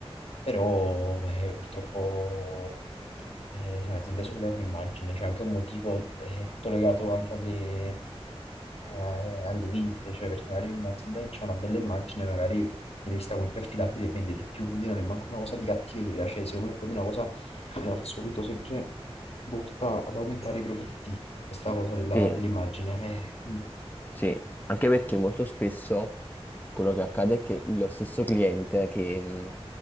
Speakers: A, on the left; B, on the left.
A: però eh, purtroppo eh, sì, un'azienda cellulare è un'immagine, c'è anche un motivo, è tutto legato anche alle, eh, alle vendite, cioè perché magari in un'azienda che c'è una bella immagine, magari viene vista come più affidabile e vende di più, quindi non è manco una cosa di cattiveria, cioè secondo me è proprio una cosa come al solito sempre volta ad aumentare i profitti, questa cosa della-
B: sì,
A: dell'immagine, eh, quindi
B: sì, anche perché molto spesso quello che accade è che lo stesso cliente che mh,